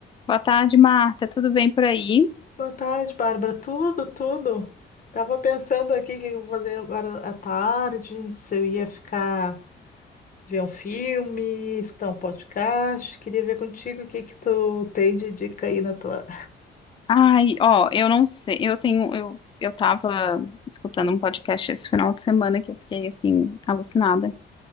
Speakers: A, on the left; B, on the left.
A: Boa tarde, Marta. Tudo bem por aí?
B: Boa tarde, Bárbara. Tudo, tudo. Tava pensando aqui o que eu vou fazer agora à tarde, se eu ia ficar ver um filme, escutar um podcast. Queria ver contigo o que que tu tem de dica aí na tua.
A: Ai, ó, eu não sei. Eu tenho, eu, eu tava escutando um podcast esse final de semana que eu fiquei assim alucinada.